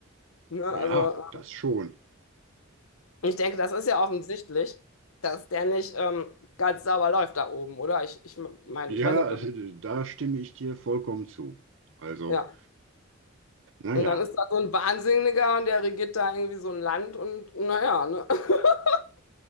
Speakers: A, on the left; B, on the right.
A: Ne? Also,
B: ja, das schon.
A: Ich denke, das ist ja offensichtlich, dass der nicht ähm, ganz sauber läuft da oben, oder? Ich, ich meine,
B: Ja,
A: ich weiß nicht,
B: äh,
A: ob das,
B: da stimme ich dir vollkommen zu. Also,
A: ja.
B: naja.
A: Und dann ist da so ein Wahnsinniger und der regiert da irgendwie so ein Land und naja, ne? <laughs>